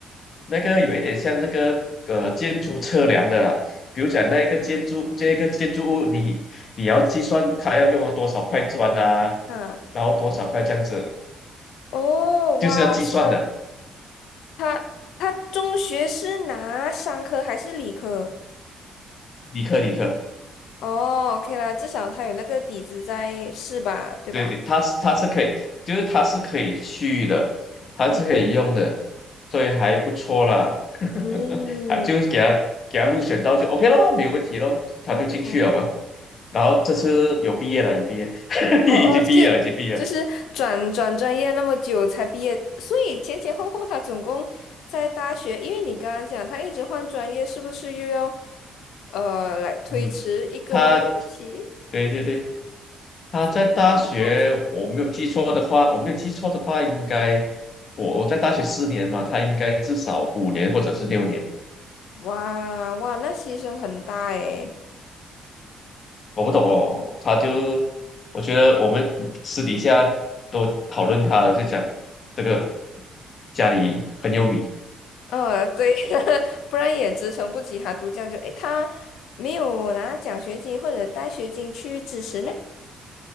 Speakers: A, on the left; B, on the left.
A: 那个有一点像那个呃建筑测量的啦，
B: 哦，
A: 比如讲那一个建筑这一个建筑物你，
B: 哦，
A: 你要计算它要用了多少块砖啊，
B: 啊
A: 然后多少块这样子，
B: 哦，
A: 就是要计算的。
B: 哇塞，他他中学是拿商科还是理科？
A: 理科理科，
B: 哦，OK 啦，至少他有那个底子在，是吧？对吧？
A: 对对，它是它是可以，就是它是可以去的，它是可以用的，
B: 哦，哦
A: 所以还不错啦。<laughs>
B: 嗯，
A: 还就是给他给他入选到就 OK 咯，没有问题咯，他就进去了嘛。
B: 哦哦
A: 然后这次有毕业了，有毕业，<laughs>
B: 哦哦，
A: 已经毕业了，
B: 就
A: 已经毕业了。
B: 就是转转专业那么久才毕业，所以前前后后他总共在大学，因为你刚刚讲他一直换专业，是不是又要呃来推迟一个学期？
A: 嗯，他，对对对，他在大学，
B: 所以他用了多久？
A: 我没有记错的话，我没有记错的话，应该我我在大学四年嘛，他应该至少五年或者是六年，
B: 哇哇，那牺牲很大诶。
A: 我不懂哦，他就，我觉得我们私底下都讨论他了，就讲这个家里很有米
B: 呃，对，<laughs> 不然也支撑不起他读这样就，诶，他没有拿奖学金或者带学金去支持咩？